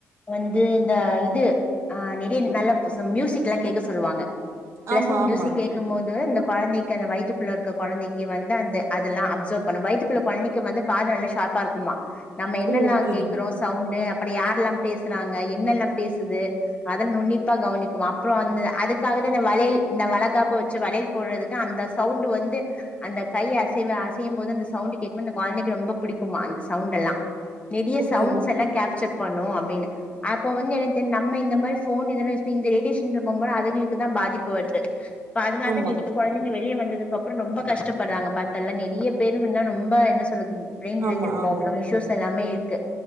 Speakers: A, on the left (about 20°); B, on the right (about 55°).
A: வந்து இந்த இது அ நெறிய நல்ல மியூசு மியூசிக்லா கேக்க சொல்வாங்க பிளஸண்
B: ஆமா,
A: மியூசிக்
B: ஆமா.
A: கேக் கம்போது அந்த குழந்தைக்கு அந்த வயத்துக்குள்ள இருக்க குழந்தைக்கு வந்து அந்த அதுல்லா அப்சர்வ் பண்ணு வயத்துக்குள்ள குழ்ந்தைக்கு வந்து காது நல்லா ஷார்ப்பா இருக்குமா நம்ம என்னெல்லா
B: ஓகே,
A: கேக்குறோ சவுண்டு அப்பற யார்லா பேசுறாங்க என்னெல்லா பேசுது அதன் நுன்னிப்பா கவ்னிக்குமா அப்புற அந்து அதுக்காக தா இந்த வளையல் இந்த வளகாப்பு வச்சு வளைல் போட்றதுக்கு அந்த சவுண்ட் வந்து அந்த கைய அசைவ அசையு போது அந்த சவுண்ட் கேட்கும் அந்த குழந்தைக்கு ரொம்ப புடிக்குமா அந்த சவுண்ட் எல்லா நெறிய
B: ஓகே,
A: சவுண்ட்ஸ்
B: ஓக்
A: எல்லா கேப்சர் பண்ணு அப்டின்னு அப்ப வந்து எனக்கு தெரிய் நம்ம இந்த மாரி போன் இதெல்லா எஸ்பிங் இந்த ரேடியஷன்ற போம்போது அதுங்ளுக்கு தா பாதிப்பு வருது இப் அதனால
B: ஆமா,
A: நெடி குழ்ந்தைங்க வெளியே வந்ததுக்கு அப்புற ரொம்ப கஷ்டப்படுறாங்க பாத்தல்ல நெறிய பேரும் இன்னா ரொம்ப என்ன சொல்றது ப்ரெயின் ரிலேட்டட்
B: ஆமா, ஆமா.
A: ப்ராப்ளம் இஷுயூஸ் எல்லாமே இருக்கு